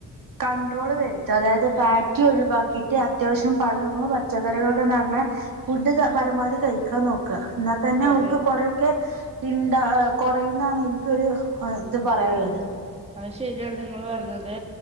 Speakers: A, on the right; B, on the right.
A: കൺണ്ട്രോള് വെ രുത്ത അതായത് പാറ്റി ഒഴിവാക്കിയിട്ട് അത്യാവശ്യം പഴങ്ങളും പച്ചക്കറികളും <unintelligible> നറ ഞ്ഞ ഫുഡ് പരമാവധി കഴിക്കാൻ നോക്ക ന്ന തന്നെ
B: അതെ
A: ഓല്ക്ക് കൊറെക്കെ ഉണ്ടഅ കുറയുന്ന എനിക്കൊരു ഇത് പറയാനുള്ളത്
B: അത് ശരിയാണ് നിങ്ങൾ പറഞ്ഞത്